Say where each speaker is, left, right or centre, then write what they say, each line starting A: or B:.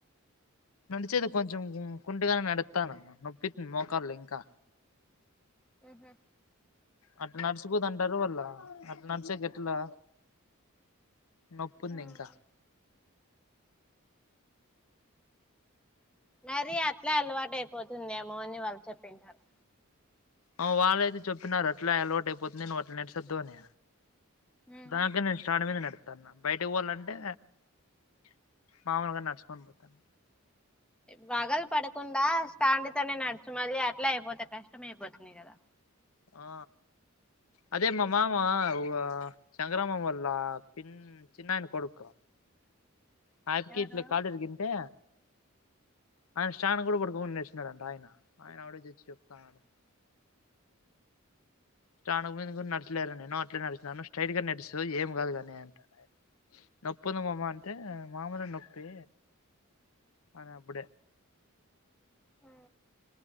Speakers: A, on the left; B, in the centre.
A: నడిచేది కొంచెం కుంటుగానే నడతన నొప్పి మోకాంల ఇంకా
B: ఉహు
A: అట్ నడుచుపో త అంటారు వాళ్ళ అట్ నడిచాకట్లా నొపుంది
B: ఉమ్."
A: ఇంకా
B: మరి అట్లా అలవాటు అయిపోతుందేమో అని వాళ్ళు చెప్పింటారు,
A: ఆ వాళ్ళైతే చెప్పినారు అట్లా అలవాటు అయిపోతుంది, నువ్వు అట్లా నడిచేయోదు, అని
B: ఉమ్
A: దానిపైనే స్టాండ్ మీద నడువు న్న బయటకి పోవాలంటే మామూలుగా నడుచుకొని పోతాన్న,
B: పగలు పడకుండా స్టాండ్ నడుచు మళ్ళీ అట్లా అయిపోతే కష్టం అయిపోతుంది. కదా
A: ఆ అదేమ మామ ఇగా సంగ్రామంల్ళ పిన్ చిన్నయన్ కొడుకు, ఆయపుకి
B: ఎవరు
A: ఇట్ల కాలు ఇరిగింటే ఆయన స్టాండ్ కూడా పడుకోకుంట నాడిచినాడంట ఆయన ఆయన ఆవిడ వొచ్చి చెప్తానడు స్టాండ్ మీద నడిచి లేరు నేను అట్లే నడిచినాను స్ట్రైట్ గా నడుస్తూ ఏం కాదుగాని అంట నోప్ యాటున్నది మామ అంటే మాములు నొప్పి అన అప్పుడే
B: ఉహు